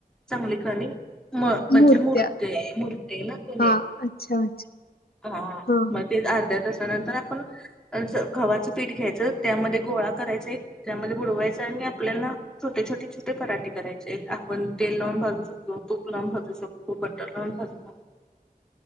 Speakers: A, in the centre; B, on the left.
A: चांगली कनी म म्हणजे
B: मुरत्या.
A: मूर्ते, मूर्ते ना कुणी
B: हां. अच्छा अच्छा.
A: हा
B: हां, हां.
A: मग ते अर्ध्या तासानंतर आपण असं गव्हाचं पीठ घ्यायचं, त्यामध्ये गोळा करायचं एक त्यामध्ये बुडवायचं, आणि आपल्याला छोटे छोटे छोटे पराठे करायचे. आपण तेल लावून भाजू शकतो, तूप लावून भाजू शकतो, बटर लावून भाजू
B: <inaudible>
A: शो